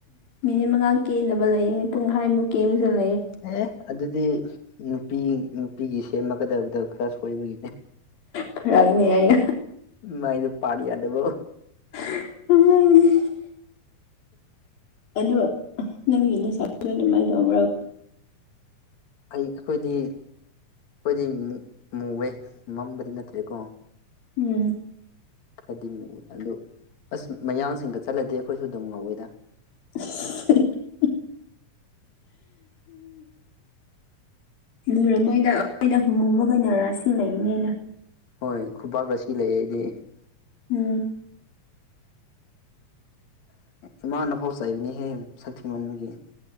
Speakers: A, on the left; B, on the left.
A: ꯃꯤꯅꯤꯠ ꯃꯉꯥ ꯀꯦꯗꯕ ꯂꯩꯑꯍꯦ ꯄꯨꯡꯈꯃꯨꯛ ꯀꯦ ꯑꯃꯁꯨ ꯂꯩꯦ
B: ꯑꯦ ꯑꯗꯨꯗꯤ ꯅꯨꯄꯤ ꯅꯨꯄꯤꯒꯤ ꯁꯦꯝꯃꯒꯗꯕꯗꯣ ꯈꯔ ꯁꯣꯏꯕꯒꯤꯅꯦ
A: ꯐꯔꯛꯒꯅꯦ ꯑꯦ
B: ꯃꯥꯥꯏꯗꯨ ꯄꯥꯔ ꯌꯥꯗꯕꯣ
A: ꯎ ꯑꯗ ꯅꯪꯒꯤ ꯂꯩꯁꯥꯁꯨ ꯑꯗꯨꯃꯥꯏꯅ ꯇꯧꯕ꯭ꯔꯣ
B: ꯑꯩ ꯑꯩꯈꯣꯏꯗꯤ ꯑꯩꯈꯣꯏꯗꯤ ꯃꯨꯋꯦ ꯃꯝꯕꯗꯤ ꯅꯠꯇ꯭ꯔꯦꯀꯣ
A: ꯎꯝ
B: ꯈꯔꯗꯤ ꯃꯨ ꯑꯗꯨ ꯑꯁ ꯃꯌꯥꯡꯁꯤꯡꯒ ꯆꯠꯂꯗꯤ ꯑꯩꯈꯣꯏꯁꯨ ꯑꯗꯨꯝ ꯉꯧꯋꯦꯗ
A: <inaudible> ꯂꯨꯔꯃꯣꯏꯗ ꯑꯩꯈꯣꯏꯗ ꯍꯨꯕꯣꯏꯅꯔꯥꯁꯤ ꯂꯩꯕꯅꯤꯅ
B: ꯍꯣꯏ ꯈꯨꯄꯥꯛꯥꯛꯇ ꯁꯤ ꯂꯩ ꯑꯩꯗꯤ
A: ꯎꯝ
B: ꯏꯃꯥꯅ ꯐꯥꯎ ꯆꯥꯏꯕꯅꯤꯍꯦ ꯁꯥꯊꯤ ꯃꯟꯕꯒꯤ